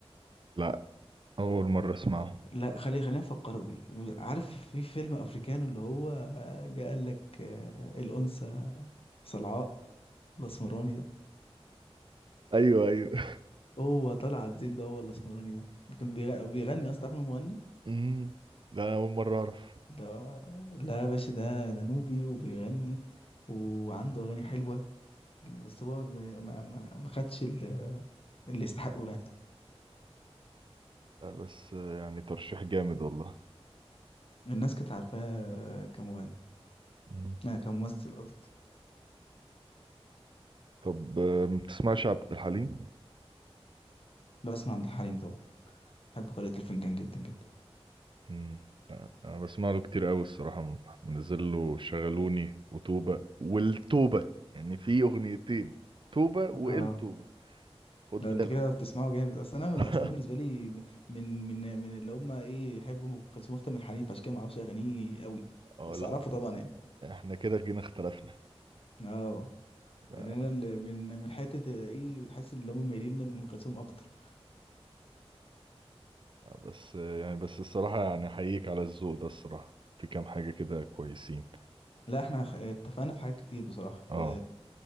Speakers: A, on the right; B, on the left.
A: لا اول مره اسمعه
B: لا خلي خلينا نفكر بيه عارف في فيلم أفريكانو اللي هو آه، جه قال لك آه، الأنثى صلعاء الأسمراني ده
A: ايوه ايوه
B: هو طلع عابدين ده هو الاسمراني ده ده كان بيغ- بيغني اصلا تعرف إن هو مغني
A: امم لا اول مره اعرف
B: ده لا يا باشا ده ده نوبي وبيغني وعنده اغاني حلوه بس هو ما ما, ما خدش ال- اللي يستحقه يعني
A: لا بس آه، يعني ترشيح جامد والله
B: الناس كانت عارفاه كمغني
A: امم
B: آه كممثل قصدي
A: طب آه، ما بتسمعش عبد الحليم
B: بسمع عبد الحليم طبعا بحب قارئة الفنجان جدا جدا
A: مم. انا بسمع له كتير قوي الصراحه م- منزل له شغلوني وتوبه والتوبه يعني في اغنيتين توبه والتوبه
B: اه
A: خد
B: لا
A: بالك
B: انت كده بتسمعه جامد اصل انا
A: <laughs>
B: اصل انا بالنسبه لي من من من اللي هم ايه يحبوا ام كلثوم اكتر من حليم فعشان كده ما اعرفش اغانيه قوي
A: اه
B: بس
A: لا
B: اعرفه طبعا يعني
A: احنا كده جينا اختلفنا
B: اه
A: لا،
B: يعني انا اللي من من حته ايه بتحس ان هم مايلين لام كلثوم اكتر
A: بس يعني بس الصراحه يعني احييك على الذوق ده الصراحه في كام حاجه كده كويسين
B: لا احنا خ- اتفقنا في حاجات كتير بصراحه
A: اه
B: في